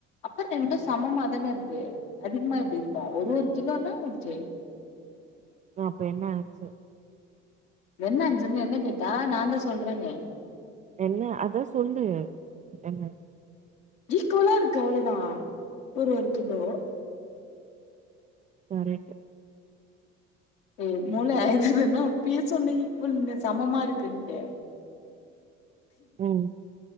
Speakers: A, on the left; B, on the right.
A: அப்பர் ரெண்டு சமமா தான இருக்கு அதிகமா எப்டி இருக்கும் ஒரு ஒரு கிலோனா ஓக்கே
B: ஆ அப்ப என்ன ஆன்சர்
A: என்ன ஆன்சருனு என்ன கேட்டா நான் தான் சொல்றனே
B: என்ன அதான் சொல்லு என்ன
A: ஈக்குவலா இருக்கு அவ்ளோதான் ஒரு ஒரு கிலோ
B: கரெட்
A: ஏ மூள இத தான்னா அப்பயே சொன்ன ஈக்குவல்னு சமமா இருக்குன்ட்டு
B: ம்,